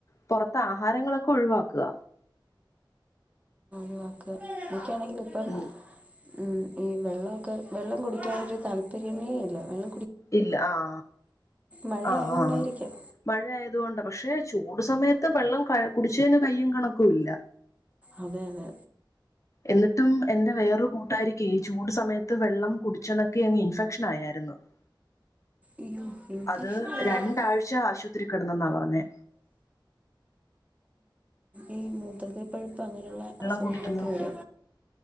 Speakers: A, on the left (about 40°); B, on the right (about 15°).
A: പുറത്ത് ആഹാരങ്ങളൊക്കെ ഒഴിവാക്കുക
B: ഴിവാ എനിക്കാണെങ്കിൽ ഇപ്പം
A: ഉം
B: ഉം ഈ വെള്ളമൊക്കെ വെള്ളം കുടിക്കാൻ ഒരു താല്പര്യമേ ഇല്ല വെള്ള
A: ഇല്ല ആഹ
B: മഴ
A: ആഹ
B: ആയതുകൊണ്ടായിരിക്കാം
A: ആ മഴ ആയതുകൊണ്ട് പക്ഷെ ചൂട് സമയത്ത് വെള്ളം കുടിച്ചതിന് കയ്യും കണക്കുംല്ല
B: അതെ അതെ
A: എന്നിട്ടും എൻറെ വേറൊരു കൂട്ടാരിക്കേ ചൂട് സമയത്ത് വെള്ളം കുടിച്ചെണക്കി അങ് ഇൻഫെക്ഷൻ ആയരുന്നു ന്നു
B: അയ്യോ ഇൻഫെക്ഷൻ
A: അത്
B: ആയാലാണ്
A: രണ്ടാഴ്ച ആശുപത്രി കിടന്നെന്നാ പറഞ്ഞേ
B: ഈ മൂത്രത്തി പഴി പ്പ് അങ്ങനെയുള്ള
A: വെള്ളം
B: അസുഖങ്ങളൊക്കെ
A: കുടിക്കുന്നു
B: വരാ